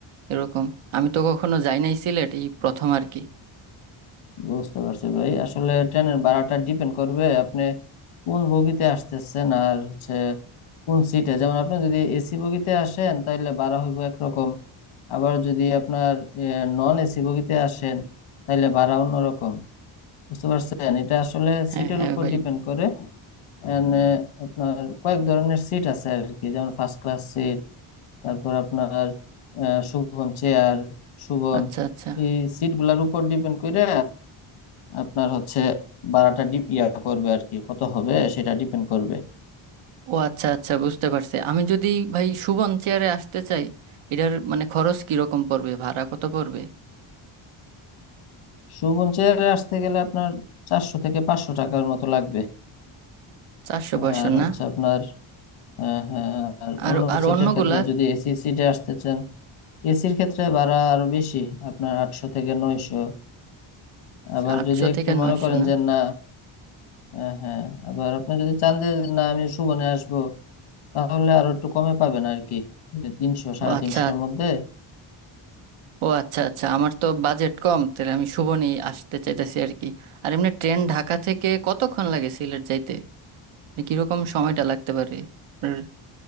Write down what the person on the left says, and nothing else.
বুঝতে পারছি ভাই আসলে ট্রেনের ভাড়াটা ডিপেন্ড করবে আপনি কোন বগিতে আসতেছেন আর হচ্ছে কোন সিটে যেমন আপনি যদি এসি বগিতে আসেন তাহলে ভাড়া হইব একরকম আবার যদি আপনার নন এসি বগিতে আসেন তাহলে ভাড়া অন্যরকম বুঝতে পারছেন এটা আসলে
সিটের
উপর
ডিপেন্ড করে And, আহ, আপনার কয়েক ধরনের সিট আছে আর কি যেমন ফার্স্ট ক্লাস সিট তারপর আপনার আহ, সুবন চেয়ার সুবন
এই সিটগুলোর উপর ডিপেন্ড করে আপনার হচ্ছে ভাড়াটা ডি- ইয়া করবে আর কি কত হবে সেটা ডিপেন্ড করবে
সুবন চেয়ারে আসতে গেলে আপনার চারশো থেকে পাঁচশো টাকার মতো লাগবে
আর
হচ্ছে আপনার হ্যাঁ হ্যাঁ আর
অন্য
সিটের
ক্ষেত্রে যদি এসি সিটে আসতে চান এসির ক্ষেত্রে ভাড়া আরো বেশি আপনার আটশো থেকে নয়শো
আবার
যদি একটু
মনে
করেন
যে না হ্যাঁ হ্যাঁ আবার আপনি যদি চান যে না আমি সুবনে আসবো তাহলে আরো একটু কমে পাবেন আর কি যে তিনশো সাড়ে
তিনশোর মধ্যে